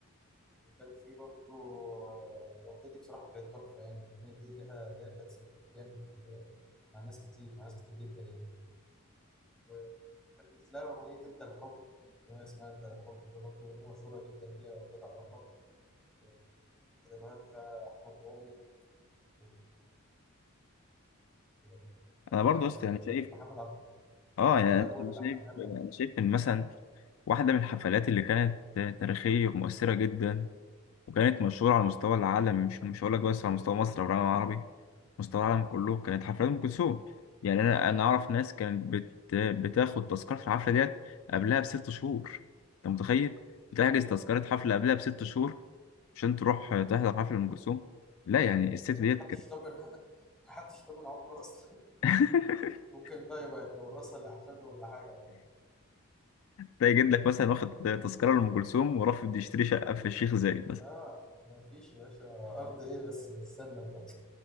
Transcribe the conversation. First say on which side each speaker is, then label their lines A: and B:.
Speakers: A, in the centre; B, on the left.
A: وكان في برضه آه، الأغنية دي بصراحة كانت تحفة يعني الأغنية دي لها لها تأثير جامد آه، مع ناس كتير مع ناس كتير جدا يعني وكانت لها أغنية أنت الحب أغنية اسمها أنت الحب برضه أغنية مشهورة جدا ليها لو أنت تعرفها آه، كان كتبها لها أحمد رامي وكان آه، خلت
B: انا برضو أصلا يعني شايف
A: خلت محمد عبد
B: اه
A: عبد
B: يعني
A: الوهاب
B: انا
A: هو اللي
B: شايف
A: لحنها لها
B: انا
A: يعني
B: شايف ان مثلا واحده من الحفلات اللي كانت آه، تاريخيه ومؤثره جدا وكانت مشهوره على مستوى العالم مش مش هقول لك بس على مستوى مصر او العالم العربي مستوى العالم كله كانت حفلات ام كلثوم يعني انا انا اعرف ناس كانت بت... بتاخد تذكره الحفله ديت قبلها بست شهور انت متخيل بتحجز تذكره حفله قبلها بست شهور عشان تروح تحضر حفله ام كلثوم لا يعني الست
A: محدش
B: ديت كانت
A: ضامن <laughs> محدش ضامن عمره اصلا
B: <laughs>
A: ممكن بقى يبقى يورثها لاحفاده ولا حاجه
B: تلاقي جدك مثلا واخد تذكره لام كلثوم ورافض يشتري شقه في الشيخ زايد مثلا
A: اه ما فيش يا باشا ارض ايه بس نستنى بقى